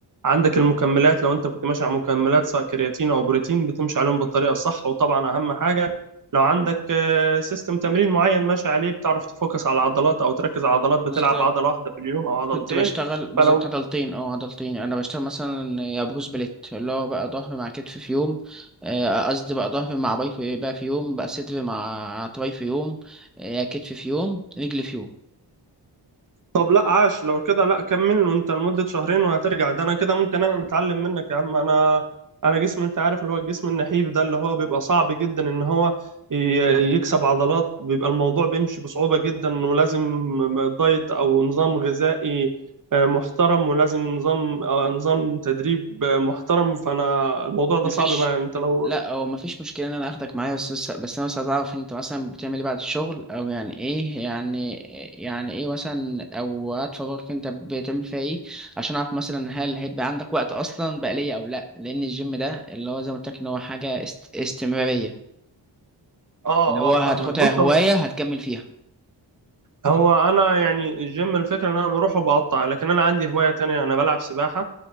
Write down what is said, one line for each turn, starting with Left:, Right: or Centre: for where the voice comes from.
Right: عندك المكملات لو انت كنت ماشي على مكملات سواء كرياتين او بروتين بتمشي عليهم بالطريقه الصح وطبعا اهم حاجه لو عندك آه، سيستم تمرين معين ماشي عليه بتعرف تفوكس على عضلات او تركز على عضلات بتلعب
Centre: بالظبط
Right: عضله واحده في اليوم او عضلتين
Centre: كنت بشتغل بالظبط
Right: فلو
Centre: عضلتين اه عضلتين انا بشتغل مثلا يا بروس بليت اللي هو بقى ظهر مع كتف في يوم آه، قصدي بقى ظهر مع باي في بقى في يوم بقى صدر مع تراي في يوم آه، كتف في يوم رجل في يوم
Right: طب لا عاش لو كده لا كمل وانت لمده شهرين وهترجع ده انا كده ممكن انا اتعلم منك يا عم انا انا جسم انت عارف اللي هو الجسم النحيف ده اللي هو بيبقى صعب جدا ان هو ي- يكسب عضلات بيبقى الموضوع بيمشي بصعوبة جدا ولازم دايت او نظام غذائي آه، محترم ولازم نظام آه، نظام تدريب آه، محترم فانا الموضوع ده
Centre: مفيش
Right: صعب معايا انت لو
Centre: لا هو مفيش مشكلة ان انا اخدك معايا بس بس بس انا بس عايز اعرف انت مثلا بتعمل ايه بعد الشغل او يعني ايه يعني يعني ايه مثلا او وقت فراغك انت بتعمل فيها ايه عشان اعرف مثلا هل هيبقى عندك وقت اصلا بقى ليا او لا لان الجيم ده اللي هو زي ما قلت لك ان هو حاجة است... استمرارية
Right: اه
Centre: اللي هو
Right: اه
Centre: هتاخدها
Right: فاهمك بص
Centre: هواية
Right: هو
Centre: هتكمل فيها
Right: هو انا يعني الجيم الفكره ان انا بروح وبقطع لكن انا عندي هوايه تانية انا بلعب سباحه